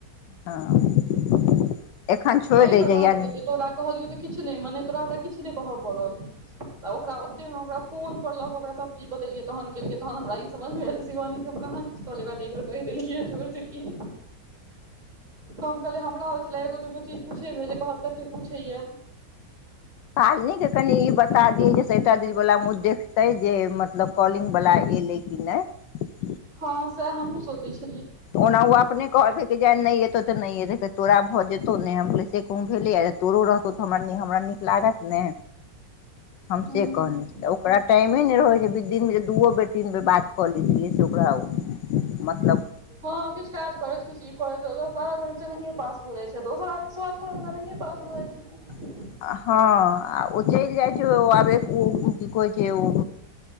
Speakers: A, on the left; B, on the right.
A: हँ एखन छोड़ि
B: एहिप
A: दै जहिया
B: कहलकै
A: हूँ
B: जे तोरा कहलियौ तऽ किछु नहि मने तोरा हमरा किछु नहि कहय पड़ल तऽ ओकरा ओते हम ओकरा फोन पर लऽ कऽ ओकरा सभचीज बतेलियै तनेल केलकै तहन हमरा ई समझमेल शिवानीे हम कहाँ किछु कहले बातै दी देलकियै चोर देललियै कम कल हमरा होइ छलै एगो दुगो चीज पुछै मेे कतेक पूछैयै
A: सालनी के कनि ई बता दियै जेसटा दिन वला मे देखतै जे मतलब कॉलिंग वला एलै कि नहि
B: हँ सेह हमहुँ सोचै छी
A: ओना ओ अपने कॉल एतौ तऽ नहि तोरा भऽ जेतौ ने हम कह से कह भेले तोरो रहतौ त हम लागत ने हम
B: हँ
A: से कहने छेलियै आ ओकरा टाइमे नहि रहै छै बिल दु मिनट दूओ बेर तीन बेर बात कऽ लै छलै से ओकरा मतलब
B: हँ किछु काज करैत किछ ई कर दस बारह मिनट तऽ नहि पास भऽ जाइ छै दोसर आदमी शुरआ करऽ नहियए पास भऽ जाइ छै
A: हँ ओ चलि जाइ छै आब की कहै छै ओ